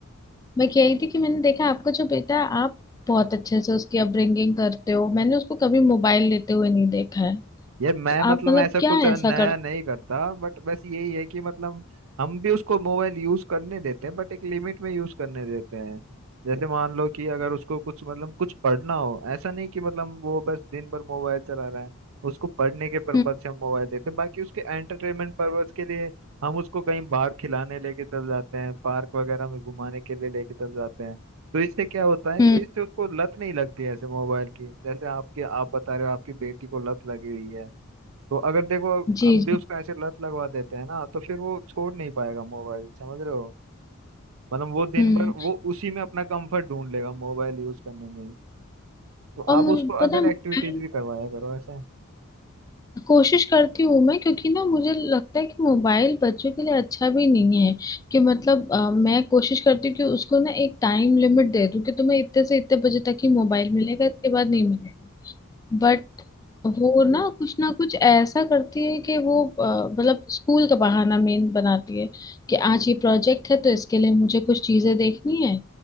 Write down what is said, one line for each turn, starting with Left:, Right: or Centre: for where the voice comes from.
Left: मैं कह रही थी कि मैंने देखा आपका जो बेटा है, आप बहुत अच्छे से उसकी अपब्रिंगिंग करते हो मैंने उसको कभी मोबाइल लेते हुए नहीं देखा है
Right: यार मैं
Left: तो आप
Right: मतलब
Left: मतलब
Right: ऐसा
Left: क्या
Right: कुछ
Left: ऐसा
Right: नया
Left: करते
Right: नहीं करता बट बस यही है कि मतलब हम भी उसको मोबाइल यूज करने देते हैं बट एक लिमिट में यूज करने देते हैं जैसे मान लो कि अगर उसको कुछ मतलब कुछ पढ़ना हो ऐसा नहीं कि मतलब वो बस दिन भर मोबाइल चला रहा है उसको पढ़ने के पर्पज
Left: हम्म
Right: से हम मोबाइल देते हैं बाकी उसके एंटरटेनमेंट पर्पज के लिए हम उसको कहीं बाहर खिलाने लेके चल जाते हैं पार्क वगैरह में घुमाने के लिए लेके चल जाते हैं तो इससे क्या होता है
Left: हम्म
Right: कि इससे उसको लत नहीं लगती है ऐसे मोबाइल की जैसे आपके आप बता रहे हो आपकी बेटी को लत लगी हुई है तो अगर देखो
Left: जी
Right: हम
Left: जी
Right: भी उसको ऐसे लत लगवा देते हैं ना तो फिर वो छोड़ नहीं पाएगा मोबाइल समझ रहे हो मतलब वो दिन
Left: हम्म
Right: भर वो उसी में अपना कंफर्ट ढूंढ लेगा मोबाइल यूज करने में ही तो
Left: और मुझे
Right: आप उसको
Left: पता
Right: अदर
Left: है मोबाइल
Right: एक्टिविटीज भी करवाया करो ऐसा
Left: कोशिश करती हूँ मैं क्योंकि ना मुझे लगता है कि मोबाइल बच्चों के लिए अच्छा भी नहीं है कि मतलब अ, मैं कोशिश करती हूँ कि उसको ना एक टाइम लिमिट दे दूँ कि तुम्हें इतने से इतने बजे तक ही मोबाइल मिलेगा इसके बाद नहीं मिलेगा बट वो ना कुछ ना कुछ ऐसा करती है कि वो अ, मतलब स्कूल का बहाना मेन बनाती है कि आज ये प्रोजेक्ट है तो इसके लिए मुझे कुछ चीजें देखनी है